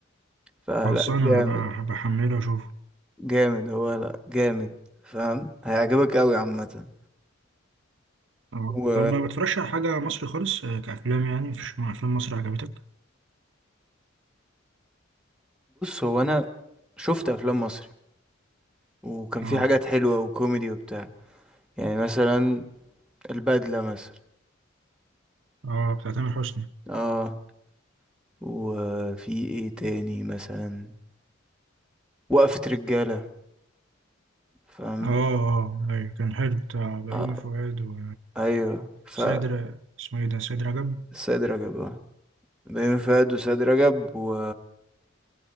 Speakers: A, in the centre; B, on the right.
A: فلا
B: خلصانة
A: جامد
B: هبقى بحمله واشوفه
A: جامد هو لا جامد فاهم هيعجبك قوي عامة
B: اه
A: وبص
B: طب ما بتفرجش على حاجة مصري خالص آه، كأفلام يعني مفيش م- أفلام مصري عجبتك
A: هو انا شفت افلام مصري وكان
B: اه
A: في حاجات حلوة وكوميدي وبتاع يعني مثلا البدلة مثلا
B: اه بتاع تامر حسني
A: اه وفي ايه تاني مثلا وقفة رجالة فاهم
B: اه اه ايوه كان حلو بتاع بيومي
A: آه.
B: فؤاد و
A: ايوه ف
B: سيد ر- اسمه ايه ده سيد رجب
A: سيد رجب اه بين فؤاد وسيد رجب و